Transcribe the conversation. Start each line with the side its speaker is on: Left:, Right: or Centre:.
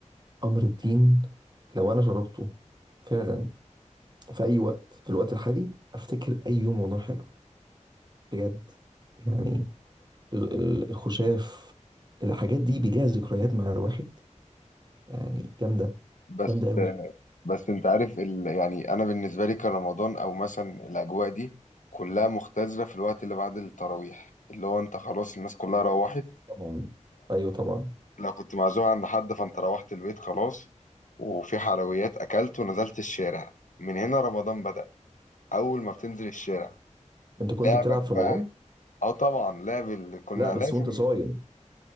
Right: امر الدين لو انا شربته فعلا في اي وقت في الوقت الحالي افتكر اي يوم رمضان حلو بجد يعني ال- ال- الخشاف الحاجات دي بيليها ذكريات مع الواحد يعني جامدة
Left: بس
Right: جامدة قوي
Left: بس أنت عارف ال... يعني أنا بالنسبة لي كرمضان أو مثلا الأجواء دي كلها مختزلة في الوقت اللي بعد التراويح اللي هو أنت خلاص الناس كلها روحت
Right: طبعا ايوه طبعا
Left: لو كنت معزوم عند حد فانت روحت البيت خلاص وفي حلويات اكلت ونزلت الشارع من هنا رمضان بدأ اول ما بتنزل الشارع
Right: انت كنت
Left: لعبك
Right: بتلعب
Left: بقى
Right: في رمضان
Left: اه طبعا لعب اللي كنا
Right: لا بس
Left: لازم
Right: وانت صايم